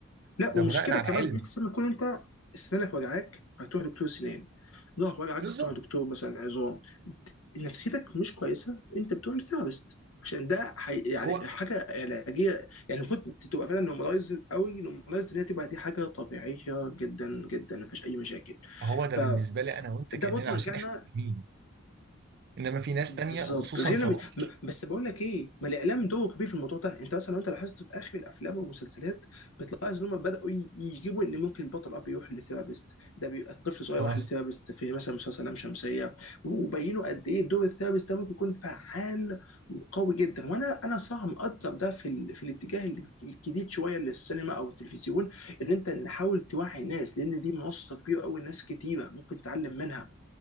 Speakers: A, on the left (about 80°); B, on the right (about 50°).
A: لا
B: ده
A: ومش
B: بناء
A: كده
B: على
A: كمان
B: علم
A: انت لما تكون انت سنانك وجعاك فهتروح دكتور سنان ظهرك وجعك
B: بالظبط
A: بتروح دكتور مثلا عظام نفسيتك مش كويسه انت بتروح لثيرابيست عشان ده حي... يعني
B: هو
A: حاجه علاجيه يعني المفروض تبقى فعلا نورماليز قوي نورماليز ان هي تبقى دي حاجه طبيعيه جدا جدا مفيش اي مشاكل
B: هو ده
A: فده
B: بالنسبة لي انا وانت كأننا
A: برضه
B: عشان
A: يرجعنا
B: احنا فاهمين انما في ناس تانية
A: بالظبط
B: وخصوصا
A: غير
B: في مصر
A: م... م- بس بقول لك ايه ما الاعلام دوره كبير في الموضوع ده انت مثلا لو انت لاحظت في اخر الافلام والمسلسلات بتلاحظ ان هم بداوا ي- يجيبوا ان ممكن البطل اب يروح لثيرابيست ده بيبقى الطفل صغير
B: اه
A: راح لثيرابيست في مثلا مسلسل لام شمسيه وبينوا قد ايه دور الثيرابيست ده ممكن يكون فعال وقوي جدا وانا انا صراحه مقدر ده في ال... في الاتجاه ال- الجديد شويه للسينما او التلفزيون ان انت نحاول توعي الناس لان دي منصه كبيره قوي ناس كتيره ممكن تتعلم منها